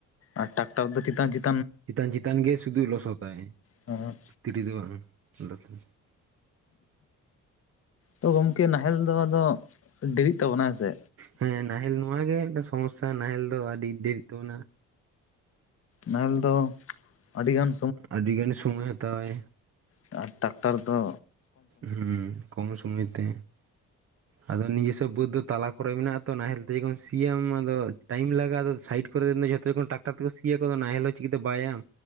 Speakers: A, on the left; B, on the right.
A: ᱟᱨ ᱴᱟᱠᱴᱟᱨ ᱫᱚ ᱪᱮᱛᱟᱱ ᱪᱮᱛᱼᱼ
B: ᱪᱮᱛᱟᱱᱼᱪᱮᱛᱟᱱ ᱜᱮ ᱥᱩᱫᱩ ᱞᱚᱥᱚᱛᱟᱭ
A: ᱦᱮᱸ
B: ᱵᱷᱤᱛᱨᱤ ᱫᱚ ᱵᱟᱝᱼᱟ, ᱚᱱᱟᱛᱮ᱾
A: ᱛᱚ ᱜᱚᱝᱠᱮ ᱱᱟᱦᱮᱞ ᱫᱚ ᱟᱫᱚ ᱰᱤᱨᱤᱜ ᱛᱟᱵᱚᱱᱟ ᱦᱮᱸᱥᱮ?
B: ᱦᱮᱸ ᱱᱟᱦᱮᱞ ᱱᱚᱣᱟᱣᱟᱜ ᱜᱮ ᱢᱤᱫᱴᱟᱝ ᱥᱚᱢᱚᱥ ᱥᱟ ᱱᱟᱦᱮᱞ ᱫᱚ ᱟᱹᱰᱤ ᱫᱮᱨᱤᱜ ᱛᱟᱵᱚᱱᱟ᱾
A: ᱱᱟᱦᱮᱞ ᱫᱚ ᱟᱹᱰᱤ ᱜᱟᱱᱼᱼ
B: ᱟᱹᱰᱤᱜᱟᱱ ᱥᱚᱢᱚᱭᱮ ᱦᱟᱛᱟᱣᱟᱭ᱾
A: ᱟᱨ ᱴᱨᱟᱠᱴᱟᱨ ᱫᱚᱼᱼ
B: ᱦᱩᱸ ᱠᱚᱢᱮ ᱥᱚᱢᱚᱭ ᱛᱮ᱾ ᱟᱫᱚ ᱱᱤᱡᱮ ᱦᱤᱥᱟᱵ ᱵᱟᱹᱫᱽ ᱫᱚ ᱛᱟᱞᱟ ᱠᱚᱨᱮ ᱢᱮᱱᱟᱜᱼᱟ, ᱛᱚ ᱱᱟᱦᱮᱞ ᱛᱮ ᱜᱮ ᱵᱚᱱ ᱥᱤ ᱟᱫᱚ ᱴᱟᱭᱤᱢ ᱞᱟᱜᱟᱜᱼᱟ, ᱟᱫᱚ ᱥᱟᱭᱤᱰᱼᱼ <unintelligible> ᱫᱤᱱ ᱫᱚ ᱡᱚᱛᱚ ᱡᱚᱠᱷᱚᱱ ᱴᱟᱠᱴᱟᱨ ᱛᱮᱠᱚ ᱥᱤᱭᱟᱠᱚ ᱫᱚ ᱱᱟᱦᱮᱞ ᱦᱚᱸ ᱪᱤᱠᱟᱹᱛᱮ ᱵᱟᱭᱟᱢ᱾